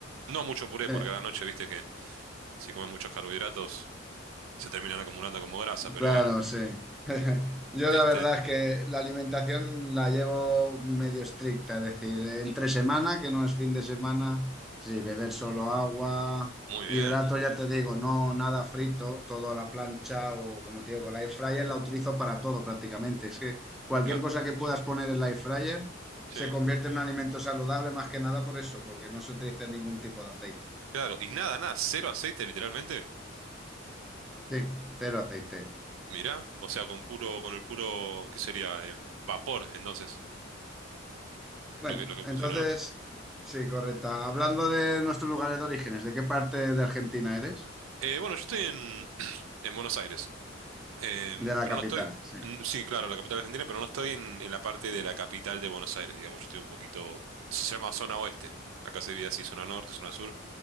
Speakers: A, on the right (about 85°); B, in the centre.
A: no mucho puré,
B: Eh,
A: porque a la noche, viste que si comes muchos carbohidratos se terminan acumulando como grasa, pero
B: Claro,
A: bueno,
B: sí. <laughs> Yo
A: este,
B: la verdad es que la alimentación la llevo medio estricta, es decir, entre semana, que no es fin de semana, sí, beber solo agua,
A: muy
B: hidrato,
A: bien,
B: ya te digo, no nada frito, todo a la plancha o como te digo, con la air fryer la utilizo para todo prácticamente. Es que cualquier
A: grande.
B: cosa que puedas poner en la air fryer
A: Sí,
B: se convierte en un alimento saludable más que nada por eso, porque no se utiliza ningún tipo de aceite.
A: claro, y nada, nada, cero aceite literalmente.
B: Sí, cero aceite.
A: Mirá, o sea, con puro, con el puro, ¿qué sería? Em, vapor, entonces,
B: Bueno,
A: lo que, lo que funciona,
B: entonces,
A: ¿no?
B: sí, correcta. Hablando de nuestros lugares de orígenes, ¿de qué parte de Argentina eres?
A: Eh, bueno, yo estoy en, <clears throat> en Buenos Aires. Em,
B: De la
A: pero
B: capital,
A: no estoy,
B: sí,
A: n- sí, claro, la capital argentina, pero no estoy en, en la parte de la capital de Buenos Aires, digamos, yo estoy un poquito, se llama zona oeste, acá se divide así, zona norte, zona sur,